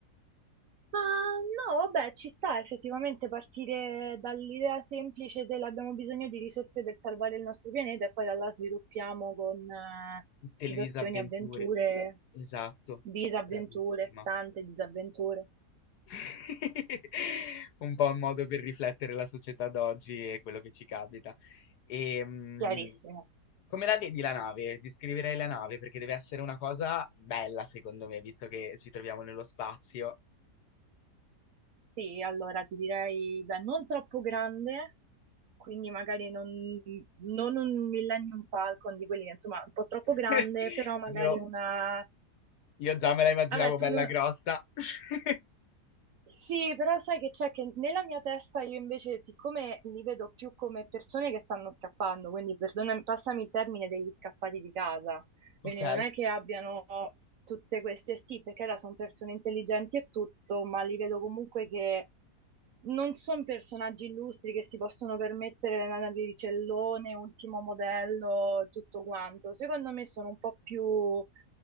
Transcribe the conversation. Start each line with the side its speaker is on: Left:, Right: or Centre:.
Right: Ah, no, vabbè, ci sta effettivamente partire dall'idea semplice dell'abbiamo bisogno di risorse per salvare il nostro pianeta e poi da là sviluppiamo con eh,
Left: Tutte
Right: situazioni,
Left: le disavventure.
Right: avventure,
Left: Esatto,
Right: disavventure,
Left: bravissima.
Right: tante disavventure.
Left: <laughs> Un po' un modo per riflettere la società d'oggi e quello che ci capita. E, mm,
Right: Chiarissimo.
Left: come la vedi la nave? Descriverei la nave perché deve essere una cosa bella, secondo me, visto che ci troviamo nello spazio.
Right: Sì, allora ti direi, beh, non troppo grande, quindi magari non, non un Millennium Falcon di quelli che insomma un po' troppo
Left: <laughs>
Right: grande, però magari
Left: Io,
Right: una...
Left: io già me la immaginavo
Right: Vabbè, tu
Left: bella
Right: non-
Left: grossa. <laughs>
Right: Sì, però sai che c'è che nella mia testa io invece, siccome li vedo più come persone che stanno scappando, quindi perdonami, passami il termine degli scappati di casa.
Left: Ok.
Right: Quindi non è che abbiano tutte queste, sì, perché là sono persone intelligenti e tutto, ma li vedo comunque che non sono personaggi illustri che si possono permettere la navicellone, ultimo modello, tutto quanto. Secondo me sono un po' più